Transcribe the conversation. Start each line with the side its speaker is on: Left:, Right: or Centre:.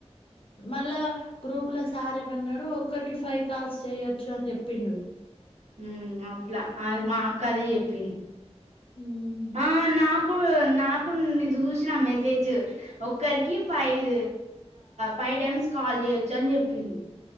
Left: మళ్ళా గ్రూప్ లో సార్ ఏమన్నాడు ఒక్కరికి ఫైవ్ కాల్స్ చెయొచ్చు అని చెప్పిండు
Right: ఉమ్ అప్పులా అ మా అక్క అదే చెప్పింది
Left: హ్మ్
Right: ఆ నాకు నాకుడా నిన్న చూసిన మెసేజ్ ఒరికి ఫైవ్ ఫైవ్ టైమ్స్ కాల్ చేయొచ్చు అని చెప్పింది